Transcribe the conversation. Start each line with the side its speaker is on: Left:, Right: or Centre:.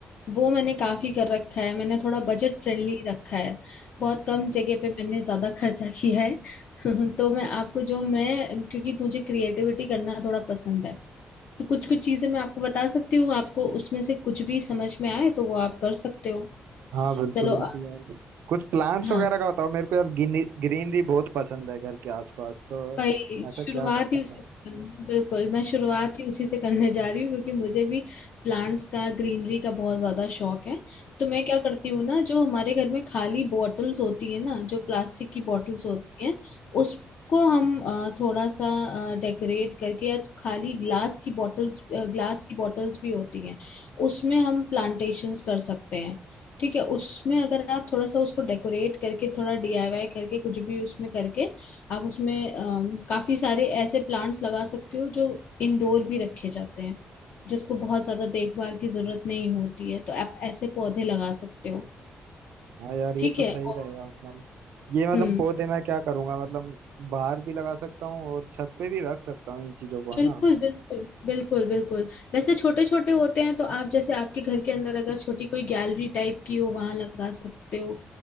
Left: वो मैंने काफी कर रखा है मैंने थोड़ा बजट फ्रेंडली रखा है बहुत कम जगह पे मैंने ज्यादा <laughs> खर्चा किया है <laughs> तो मैं आपको जो मैं क्योंकि मुझे क्रिएटिविटी करना थोड़ा पसंद है तो कुछ कुछ चीजें मैं आपको बता सकती हूँ आपको उसमें से कुछ भी समझ में आए तो वो आप कर सकते हो
Right: हाँ बिल्कुल
Left: चलो अ-
Right: बिल्कुल यार कुछ प्लांट्स
Left: हाँ
Right: वगैरह का बताओ मेरे को यार ग्रीनरी बहुत पसंद है घर के आसपास तो
Left: भाई
Right: ऐसा
Left: शुरुआत
Right: क्या कर सकते
Left: ही उसी
Right: हैं
Left: से करने बिल्कुल मैं शुरुआत ही उसी से करने जा रही हूँ क्योंकि मुझे भी प्लांट्स का ग्रीनरी का बहुत ज्यादा शौक है तो मैं क्या करती हूँ ना जो हमारे घर में खाली बॉटल्स होती है ना जो प्लास्टिक की बॉटल्स होती है उसको हम अ, थोड़ा सा डेकोरेट करके या खाली ग्लास की बॉटल्स ग्लास की बॉटल्स भी होती हैं उसमें हम प्लांटेशंस कर सकते हैं ठीक है उसमें अगर आप थोड़ा सा उसको डेकोरेट करके थोड़ा डीआईवाई करके कुछ भी उसमें करके आप उसमें अम, काफी सारे ऐसे प्लांट्स लगा सकते हो जो इंडोर भी रखे जाते हैं जिसको बहुत ज्यादा देखभाल की जरूरत नहीं होती है तो आप ऐसे पौधे लगा सकते हो
Right: हाँ यार ये
Left: ठीक
Right: तो
Left: है
Right: सही
Left: और
Right: रहेगा मतलब ये मतलब
Left: हम्म
Right: पौधे मैं क्या करूंगा मतलब बाहर भी लगा सकता हूँ और छत पे भी रख सकता हूँ इन चीजों को
Left: बिल्कुल
Right: है ना
Left: बिल्कुल बिल्कुल बिल्कुल वैसे छोटे छोटे होते हैं तो आप जैसे आपके घर के अंदर अगर छोटी कोई गैलरी टाइप की हो वहां लगा सकते हो